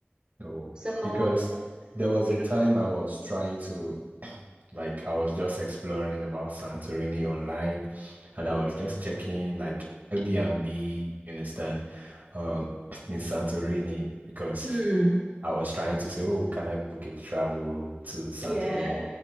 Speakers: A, on the right; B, on the right.
A: no?
B: So
A: Because
B: the-
A: there was
B: yeah,
A: a time I was trying to Like I was just exploring about Santorini online and I
B: yeah.
A: was just checking like Airbnb, you understand, um, <clears throat> in Santorini because
B: Hmm.
A: I was trying to say, oh, can I book a travel to Santorini?
B: Yeah.